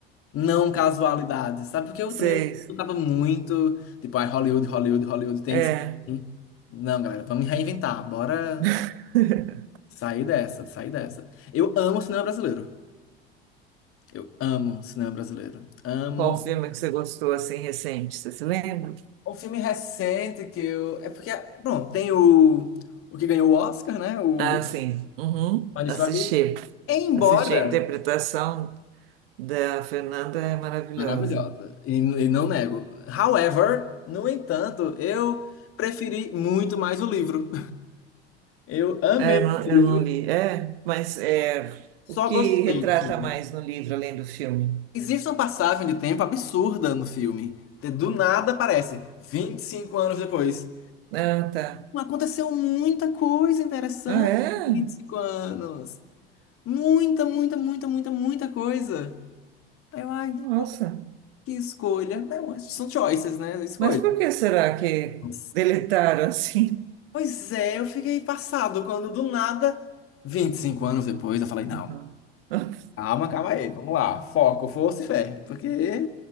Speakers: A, on the left; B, on the right.
A: não casualidades, sabe? Porque eu
B: Sei.
A: também tava muito, tipo, ai, Hollywood, Hollywood, Hollywood, tem
B: É.
A: que ser assim. Não, galera, vamos reinventar, bora
B: <laughs>
A: sair dessa, sair dessa. Eu amo cinema brasileiro. Eu amo cinema brasileiro. Amo.
B: Qual filme que você gostou assim recente? Você se lembra?
A: Um filme recente que eu. É porque, pronto, tem o, o que ganhou o Oscar, né? O
B: Ah, sim. Uhum.
A: Manifesto
B: Assisti.
A: aqui. Embora.
B: Assisti. A interpretação da Fernanda é maravilhosa.
A: Maravilhosa. E, e não nego. However, no entanto, eu preferi muito mais o livro. Eu amei
B: É, eu não, eu
A: o livro,
B: não li. É, mas é,
A: só
B: o que
A: gostei
B: retrata
A: do filme.
B: mais no livro além do filme?
A: Existe uma passagem de tempo absurda no filme. Do nada aparece, 25 anos depois.
B: Ah, tá.
A: Aconteceu muita coisa interessante
B: Ah, é?
A: em vinte e cinco anos. Muita, muita, muita, muita, muita coisa. Eu, ai,
B: Nossa.
A: pô, que escolha. Não, são choices, né? Escolha.
B: Mas por que será que
A: Não
B: deletaram assim?
A: Pois é, eu fiquei passado quando do nada, Vinte e cinco anos depois, eu falei, não,
B: Uhum. <laughs>
A: calma, calma aí, vamos lá, foco, força e fé, porque